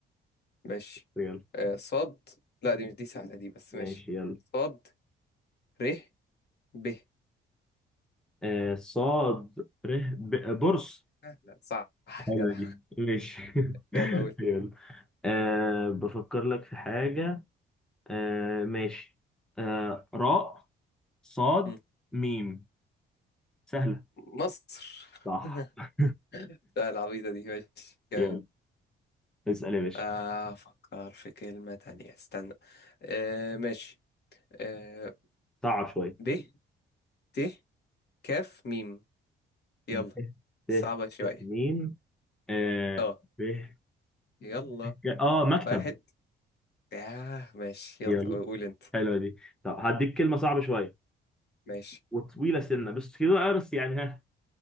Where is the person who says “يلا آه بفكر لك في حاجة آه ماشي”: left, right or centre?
Centre